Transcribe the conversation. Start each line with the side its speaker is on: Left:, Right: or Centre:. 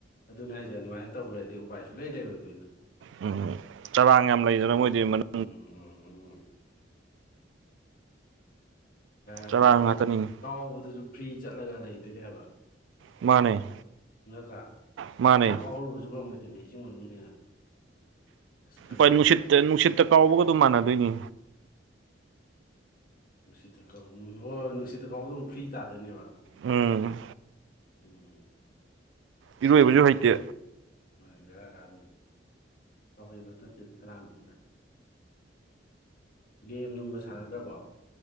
Left: ꯑꯗꯨꯅꯦ ꯍꯥꯏꯁꯦ ꯑꯗꯨꯃꯥꯏ ꯇꯧꯒꯔꯗꯤ ꯎꯄꯥꯏ ꯁꯨꯂꯩ ꯂꯩꯔꯣꯏꯗꯣꯏꯅꯦ
Right: ꯎꯝ ꯆꯔꯥꯡ ꯌꯥꯝ ꯂꯩꯗꯅ ꯃꯣꯏꯗꯤ ꯃꯅꯨꯡ
Left: ꯎꯝ ꯎꯝ ꯑꯗꯨꯁꯨ
Right: ꯆꯔꯥ ꯉꯥꯛꯇꯅꯤꯅꯦ
Left: ꯀꯥꯎꯕꯗꯨꯁꯨ ꯐ꯭ꯔꯤ ꯆꯠꯂꯒ ꯂꯩꯗꯣꯏꯅꯦꯕ
Right: ꯃꯥꯅꯦ
Left: ꯅꯗ꯭ꯔꯥ
Right: ꯃꯥꯅꯦ
Left: ꯀꯟꯅ ꯀꯥꯎꯍꯔꯨꯕꯁꯨ ꯉꯝꯕꯗꯨꯅꯤ ꯁꯤꯡ ꯃꯅꯨꯡꯅꯤꯅ ꯑꯁ ꯈꯪꯗꯦꯗ
Right: ꯍꯣꯏ ꯅꯨꯡꯁꯤꯠꯇ ꯅꯨꯡꯁꯤꯠꯇ ꯀꯥꯎꯕꯒ ꯑꯗꯨꯝ ꯃꯥꯟꯅꯗꯣꯏꯅꯤ
Left: ꯅꯨꯡꯁꯤꯠꯇꯥ ꯀꯥꯎ ꯍꯣꯏ ꯅꯨꯡꯁꯤꯠꯇ ꯀꯥꯎꯕꯗꯧꯅ ꯐ꯭ꯔꯤ ꯇꯥꯗꯣꯏꯅꯦꯕ
Right: ꯎꯝ
Left: ꯎꯝ
Right: ꯏꯔꯣꯏꯕꯁꯨ ꯍꯩꯇꯦ
Left: ꯃꯥꯅꯦ ꯕꯦꯔꯥ ꯀꯥꯗꯣꯏꯅꯦ ꯇꯧꯍꯩꯕ ꯅꯠꯇꯦꯗ ꯀꯅꯥꯅ ꯒꯦꯝ ꯅꯨꯡꯒ ꯁꯥꯟꯅꯗ꯭ꯔꯕꯣ